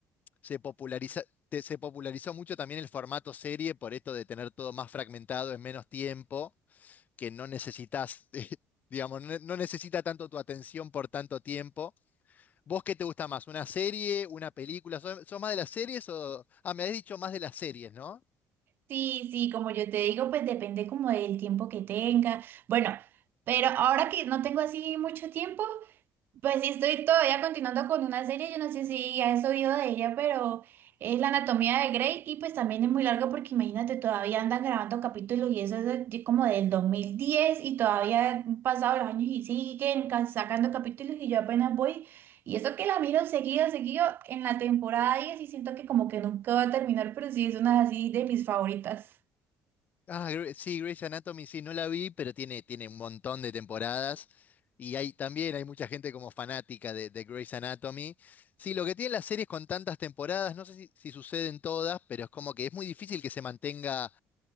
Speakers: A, on the left; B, on the right.
A: Se populariza, te- se popularizó mucho también el formato serie por esto de tener todo más fragmentado en menos tiempo, que no necesitas, <laughs> digamos, no no necesita tanto tu atención por tanto tiempo. ¿Vos qué te gusta más? ¿Una serie? ¿Una película? ¿Sos, sos más de las series o...? Ah, me habías dicho más de las series, ¿no?
B: Sí, sí, como yo te digo, pues depende como del tiempo que tenga. Bueno, pero ahora que no tengo así mucho tiempo, pues sí, estoy todavía continuando con una serie, yo no sé si has oído de ella, pero es La Anatomía de Grey y pues también es muy larga porque imagínate, todavía andan grabando capítulos y eso es de- de como del 2010 y todavía han pasado los años y siguen ca- sacando capítulos y yo apenas voy. Y eso que la miro seguido, seguido en la temporada 10 y siento que como que nunca va a terminar, pero sí es una así de mis favoritas.
A: Ah, Gre- sí, Grey's Anatomy sí, no la vi, pero tiene, tiene un montón de temporadas. Y hay, también hay mucha gente como fanática de, de Grey's Anatomy. Sí, lo que tienen las series con tantas temporadas, no sé si, si suceden todas, pero es como que es muy difícil que se mantenga